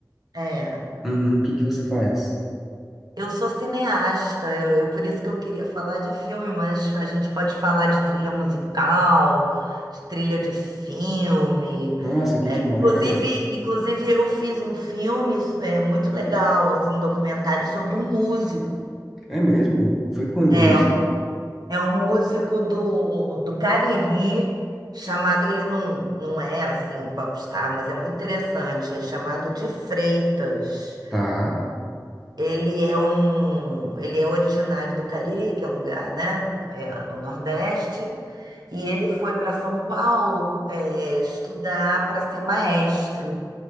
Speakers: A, on the right; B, in the centre.
A: É,
B: Uhum, o que que você faz?
A: eu sou cineasta, eu, eu- por isso que eu queria falar de filme, mas a gente pode falar de trilha musical, de trilha de filme.
B: Nossa, que
A: É,
B: demais!
A: inclusive, inclusive, eu fiz um filme é, muito legal, assim, um documentário sobre um músico.
B: É mesmo? Foi quando
A: É,
B: isso?
A: um, É um músico do, do Cariri, chamado, ele não, não é assim popstar, mas é muito interessante, é chamado de Freitas.
B: Tá.
A: Ele é um, ele é originário do Cariri, que é um lugar, né, é, no Nordeste, e ele foi para São Paulo, é, estudar para ser maestro.